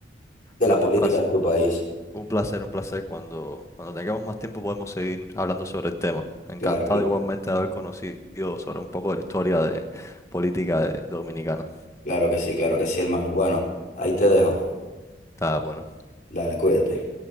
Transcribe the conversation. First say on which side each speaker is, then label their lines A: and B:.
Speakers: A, on the left; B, on the left.
A: de
B: No,
A: la política
B: un placer,
A: de tu país.
B: un placer, un placer. Cuando, cuando tengamos más tiempo podemos seguir hablando sobre el tema. Encantado
A: Claro, claro,
B: igualmente de haber conocido sobre un poco de la historia de política de, dominicana.
A: claro que sí, claro que sí, hermano. Bueno, ahí te dejo.
B: Está bueno.
A: Dale, cuídate.